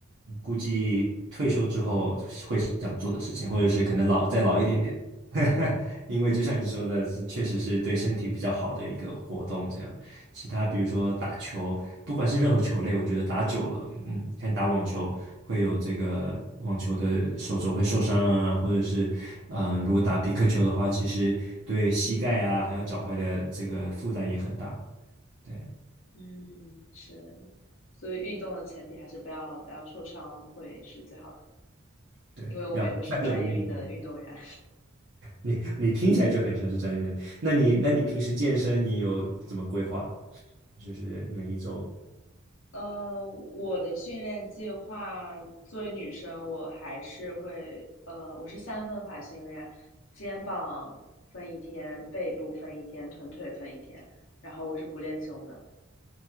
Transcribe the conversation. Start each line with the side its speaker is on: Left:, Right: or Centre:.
Right: 估计退休之后会想做的事情，或者是可能老再老一点点，<laughs> 因为就像你说的，是确实是对身体比较好的一个活动。这样，其他比如说打球，不管是任何球类，我觉得打久了，嗯，你看打网球会有这个网球的手肘会受伤啊，或者是嗯、呃如果打皮克球的话，其实对膝盖啊还有脚踝的这个负担也很大。对
Left: 嗯，是，所以运动的前提还是不要不要受伤会是最好的，
Right: 对，
Left: 因为我们也不是专业运的运动员。
Right: 要快乐的运动。你你听起来就很像是专业人。那你那你平时健身你有怎么规划？就是每一周，
Left: 呃，我的训练计划，作为女生，我还是会，呃，我是三分法训练，肩膀分一天，背部分一天，臀腿分一天，然后我是不练胸的。